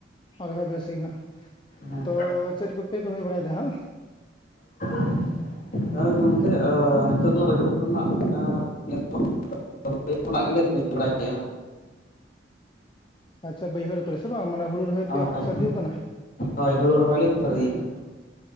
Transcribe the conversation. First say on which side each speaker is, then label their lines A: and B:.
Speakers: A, on the left; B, on the left.
A: ᱟᱞᱮ ᱦᱚᱸ ᱵᱮᱥ ᱜᱮ ᱦᱟᱜ
B: ᱦᱮᱸ
A: ᱛᱚ ᱪᱮᱫ ᱠᱚᱯᱮ ᱠᱟᱹᱢᱤ ᱵᱟᱲᱟᱭᱮᱫᱟ ᱦᱟᱜ?
B: <inaudible> ᱦᱮᱸ ᱜᱚᱝᱠᱮ ᱱᱤᱛᱚᱜ ᱫᱚ ᱵᱟᱹᱭᱦᱟᱹᱲ ᱠᱚᱨᱮ ᱱᱟᱜ <unintelligible> ᱠᱷᱚᱱᱟᱜ ᱜᱮᱞᱮ ᱠᱟᱹᱢᱤ ᱵᱟᱲᱟᱭ ᱫᱟ ᱦᱟᱜ᱾
A: ᱟᱪᱪᱷᱟ ᱵᱟᱹᱭᱦᱟᱹᱲ ᱠᱚᱨᱮ ᱥᱮ ᱵᱟᱝ ᱢᱟᱱᱮ ᱦᱩᱲᱩ ᱨᱚᱦᱚᱭ
B: ᱦᱟᱸᱜ
A: ᱯᱮ ᱮᱚᱵ ᱥᱟᱨᱫᱤ ᱟᱠᱟᱱᱟ᱾
B: ᱦᱳᱭ ᱦᱩᱲᱩ ᱨᱚᱦᱚᱭ ᱞᱮ ᱥᱟᱹᱨᱫᱤ ᱟᱠᱟᱱᱟ᱾